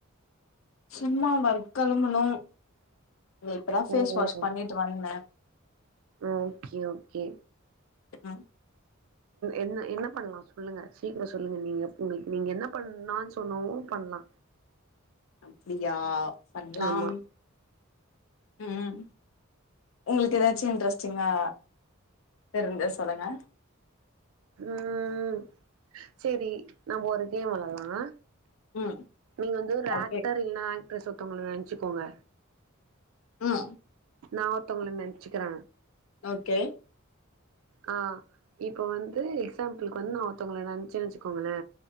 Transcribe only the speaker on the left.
சும்மா ஒர்க் கெழம்பணு இப்தா ஃபேஸ்
வாஷ் பண்ணிட்டு வந்த
மேம்
அப்டியா பண்லாம்
ம் உங்களுக்கு எதாச்சு இன்ட்ரெஸ்ட்டிங்கா தெரிஞ்சா சொல்லுங்க
ம்
ஓகே
ம்
ஓகே